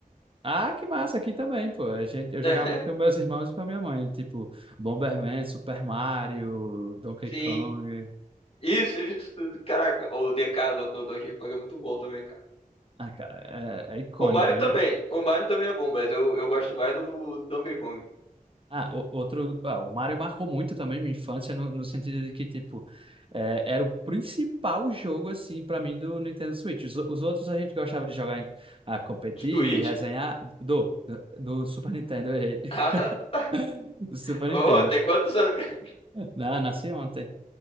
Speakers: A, on the right; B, on the left.
A: Ah, que massa, aqui também, pô. A gente, eu
B: <laughs>
A: jogava muito com meus irmãos e com a minha mãe, tipo Bomberman, Super Mario, Donkey
B: Sim.
A: Kong.
B: Isso, isso tudo. Caraca, o DK, o do Donkey Kong é muito bom também, cara.
A: Ah, cara, é, é icônico,
B: O Mario
A: né?
B: também. O Mario também é bom, mas eu, eu gosto mais do Donkey Kong.
A: Ah, o- outro. ah, o Mario marcou muito também minha infância, no, no sentido de que, tipo, é, era o principal jogo, assim, pra mim do Nintendo Switch. Os, os outros a gente gostava de jogar, em, ah, competir,
B: Dos Switch?
A: resenhar. Do, do, do Super Nintendo, eu errei.
B: <laughs>
A: <laughs> Do Super
B: Ah,
A: Nintendo.
B: ô, tem quantos anos? que- <laughs>
A: Não, nasci ontem.